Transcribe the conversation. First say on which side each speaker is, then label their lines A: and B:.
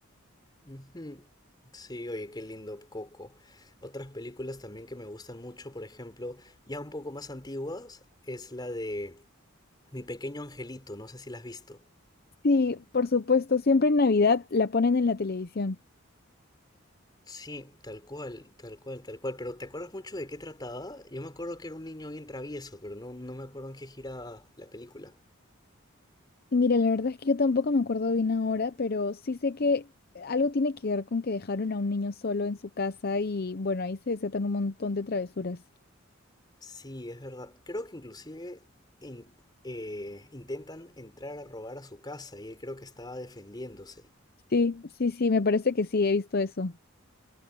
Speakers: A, on the left (about 20°); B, on the left (about 50°).
A: Ujú. Sí, oye, qué lindo Coco. Otras películas también que me gustan mucho, por ejemplo, ya un poco más antiguas, es la de Mi Pequeño Angelito, no sé si la has visto.
B: Sí, por supuesto, siempre en Navidad la ponen en la televisión.
A: Sí, tal cual, tal cual, tal cual. Pero ¿te acuerdas mucho de qué trataba? Yo me acuerdo que era un niño bien travieso, pero no, no me acuerdo en qué giraba la película.
B: Mira, la verdad es que yo tampoco me acuerdo bien ahora, pero sí sé que algo tiene que ver con que dejaron a un niño solo en su casa y bueno, ahí se desatan un montón de travesuras.
A: Sí, es verdad. Creo que inclusive in- eh, intentan entrar a robar a su casa y él creo que estaba defendiéndose.
B: Sí, sí, sí, me parece que sí, he visto eso.